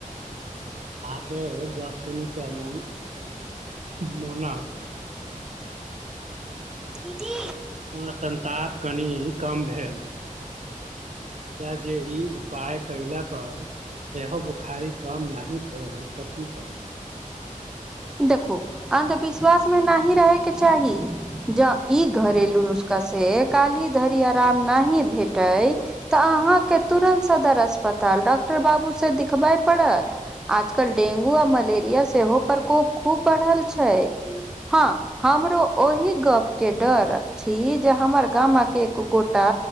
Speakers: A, on the right; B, in the centre.
A: अहाँके गप सुनिकऽ मन मनक
B: दीदि
A: संताप कनि कम भेल मुदा जे ई उपाय कयला पर सेहो बुखारी कम नहि भेल तऽ की करब?
B: देखो अन्धविश्वास मे नहि रहेके चाही। ज ई घरेलू नुस्खा से काल्हि धरि आराम नहि भेटै तऽ अहाँके तुरन्त सदर अस्पताल डॉक्टर बाबूसँ देखिखबय पड़त। आजकल डेंगू आ मलेरिया सेहो प्रकोप खूब बढ़ल छै। हँ हमरो ओहि गप के डर अछि, जे हमर गामक एक गोटा